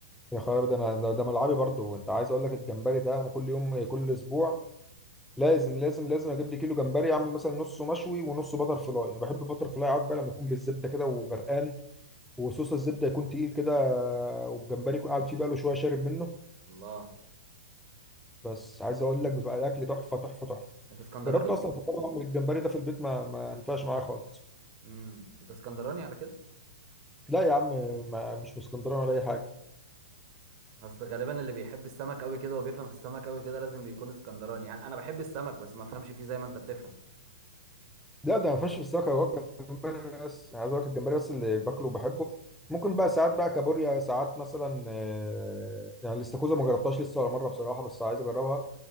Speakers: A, in the centre; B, on the right (about 40°).
A: يا خرابي ده انا ده, ده ملعبي برضه وانت عايز اقول لك الجمبري ده انا كل يوم كل اسبوع لازم لازم لازم اجيب لي كيلو جمبري اعمل مثلا نصه مشوي ونصه بتر فلاي انا بحب بتر فلاي قوي بقى لما يكون بالزبده كده وغرقان وصوص الزبده يكون تقيل كده والجمبري يكون قاعد فيه بقى له شويه شارب منه
B: الله
A: بس عايز اقول لك بيبقى الاكل تحفه تحفه تحفه
B: انت اسكندراني
A: جربت اصلا في مره اعمل الجمبري ده في البيت ما ما ينفعش معايا خالص
B: امم انت اسكندراني على كده
A: لا يا عم ما مش من اسكندريه ولا اي حاجه
B: اصل غالبا اللي بيحب السمك قوي كده وبيفهم في السمك قوي كده لازم بيكون اسكندراني يعني انا بحب السمك بس ما افهمش فيه زي ما انت بتفهم
A: لا ده ما فيهاش فساخ هو الجمبري بس عايز اقول لك الجمبري بس اللي باكله وبحبه ممكن بقى ساعات بقى كابوريا ساعات مثلا آه، يعني الاستاكوزا ما جربتهاش لسه ولا مره بصراحه بس عايز اجربها